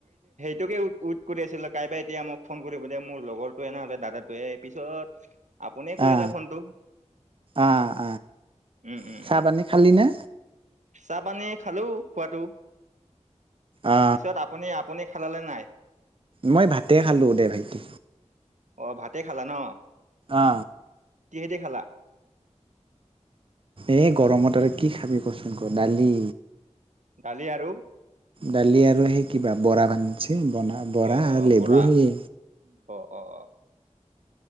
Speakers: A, on the right; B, on the right.
A: টোকে ওৱেইট কৰি আছিল। কাইবাই এতিয়া মোক ফোন কৰিব দিয় মোৰ লগৰটোৱে নহ'লে দাদাটোৱে পিছত আপোনি কৰিলে
B: অ
A: ফোনটো
B: অ',
A: উম উম
B: অ'চাহপানি
A: উম
B: খালি নে?
A: চাহ পানী খালো খোৱাটো
B: অ
A: পিছত আপুনি আপুনি খালালে নাই।
B: মই ভাতে খালোঁ দে ভাইটি।
A: অ ভাতে খালা ন।
B: অ
A: কিহেদি খালা।
B: এই গৰমত আৰু কি খাবি কচোন আকৌ দালি।
A: দালি আৰু
B: দালি আৰু সেই কিবা বৰা বান ব বৰা
A: অ অ
B: আৰু
A: অ
B: লেবু
A: বৰা
B: সেইয়ে
A: অ অ অ